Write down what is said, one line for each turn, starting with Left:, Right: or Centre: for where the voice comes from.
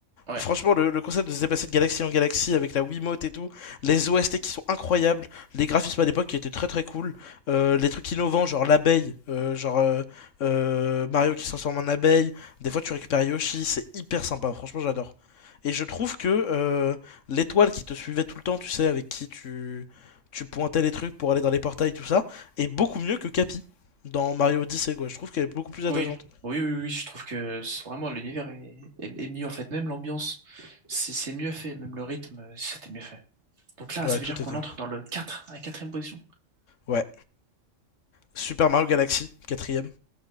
Right: ouais.
Left: Franchement, le, le concept de se déplacer de galaxie en galaxie avec la Wiimote et tout, les OST qui sont incroyables, les graphismes à l'époque qui étaient très très cool, euh, les trucs innovants, genre l'abeille, euh, genre euh, euh, Mario qui se transforme en abeille, des fois tu récupères Yoshi, c'est hyper sympa, franchement j'adore. Et je trouve que euh, l'étoile qui te suivait tout le temps, tu sais, avec qui tu, tu pointais les trucs pour aller dans les portails, tout ça, est beaucoup mieux que Capi dans Mario Odyssey, quoi. Je trouve qu'elle est beaucoup plus attachante.
Right: Oui, oui, oui, oui. Je trouve que c'est vraiment l'univers est, est- est mieux en fait. Même l'ambiance, c'est c'est mieux fait. Même le rythme, euh, c'était mieux fait. Donc là,
Left: Ouais,
Right: ça veut
Left: tout
Right: dire qu'on
Left: était.
Right: entre dans le 4, à la quatrième position.
Left: Ouais. Super Mario Galaxy, quatrième.